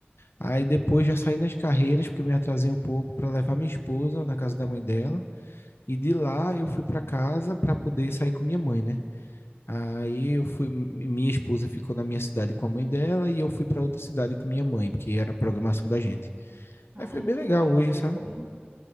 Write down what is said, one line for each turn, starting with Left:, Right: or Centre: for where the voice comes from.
Left: Aí depois já saí nas carreiras, porque eu me atrasei um pouco para levar minha esposa na casa da mãe dela. E de lá eu fui para casa para poder sair com minha mãe, né? Aí eu fui. mi- Minha esposa ficou na minha cidade com a mãe dela e eu fui para outra cidade com minha mãe, porque era a programação da gente.
Right: Ah,
Left: Aí foi bem
Right: então
Left: legal
Right: foi muito
Left: hoje, sabe?
Right: bom.